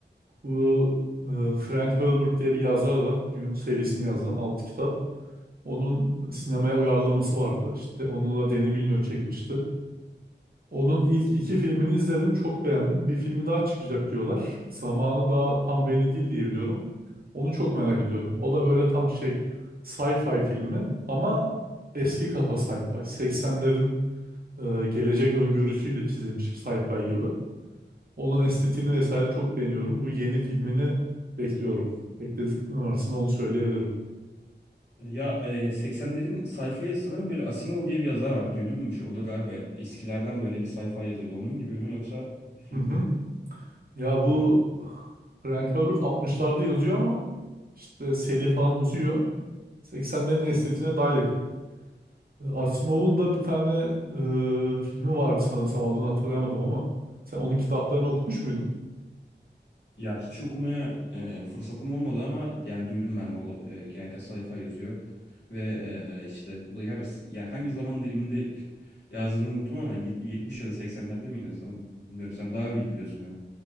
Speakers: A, on the right (about 55°); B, on the left (about 75°).
A: Bu e, Frank Herbert diye bir yazar var. Dune serisini yazan 6 kitap. Onun sinemaya uyarlaması vardı. İşte onu da Denis Villeneuve çekmişti. Onun ilk iki filmini izledim, çok beğendim. Bir filmi daha çıkacak diyorlar. Zamanı daha tam belli değil diye biliyorum. Onu çok merak ediyorum. O da böyle tam şey sci-fi filmi ama eski kafa sci-fi. 80'lerin e, gelecek öngörüsüyle çizilmiş bir sci-fi gibi. Onun estetiğini vesaire çok beğeniyorum. Bu yeni filmini bekliyorum. Beklediklerim arasında onu söyleyebilirim.
B: Ya e, 80'lerin sayfayı sanırım böyle Asimov diye bir yazar var. Duydun mu hiç? O da galiba eskilerden böyle bir sayfa yazıyordu. Onun gibi mi yoksa film?
A: Hı hı. Ya bu
B: Ha.
A: Frank Herbert 60'larda yazıyor ama işte seri falan uzuyor. 80'lerin estetiğine daha yakın. E, Asimov'un da bir tane e, filmi vardı sanırsam adını hatırlayamadım ama sen onun kitaplarını okumuş muydun?
B: Ya hiç okumaya e, fırsatım olmadı ama yani duydum ben o e, genellikle sayfa yazıyor. Ve e, işte o da galiba s- yani hangi zaman diliminde <laughs> yazdığını unuttum ama yet- 70 ya da seksenlerde miydi sanırım. Bilmiyorum sen daha iyi biliyorsun galiba.